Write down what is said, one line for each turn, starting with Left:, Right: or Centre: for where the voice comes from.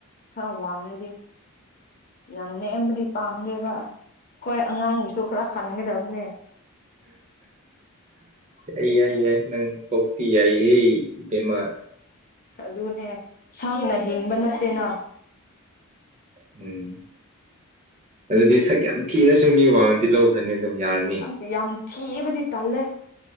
Left: ꯈꯔ ꯋꯥꯡꯉꯗꯤ ꯌꯥꯝ ꯅꯦꯝꯦꯝꯕꯗꯤ ꯄꯥꯝꯗꯦꯕ ꯍꯣꯏ ꯑꯉꯥꯡꯒꯤꯁꯨ ꯈꯔ ꯈꯟꯒꯗꯕꯅꯦ
Right: ꯑꯩꯏꯏ ꯅꯪ ꯍꯣꯛꯇ ꯌꯥꯏꯍꯦ ꯃꯥ
Left: ꯑꯗꯨꯅꯦ ꯁꯥꯡꯅ ꯍꯤꯡꯕ ꯅꯠꯇꯦꯅ
Right: ꯎꯝ ꯑꯗꯨꯗꯤ ꯁꯛ ꯌꯥꯝ ꯊꯤꯔꯁꯨ ꯃꯤ ꯋꯥꯔꯗꯤ ꯂꯧꯈ꯭ꯔꯅꯤ ꯑꯗꯨꯝ ꯌꯥꯔꯅꯤ
Left: ꯑꯁ ꯌꯥꯝ ꯊꯤꯕꯗꯤ ꯇꯜꯂꯦ